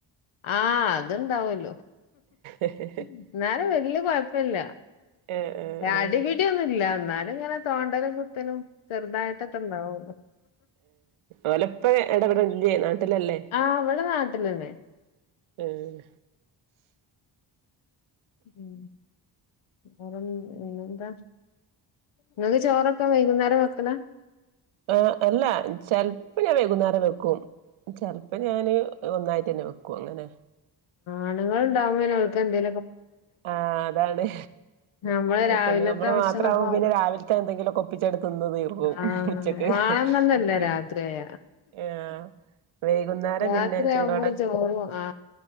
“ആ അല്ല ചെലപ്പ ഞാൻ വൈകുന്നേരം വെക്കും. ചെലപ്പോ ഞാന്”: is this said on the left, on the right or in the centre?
Right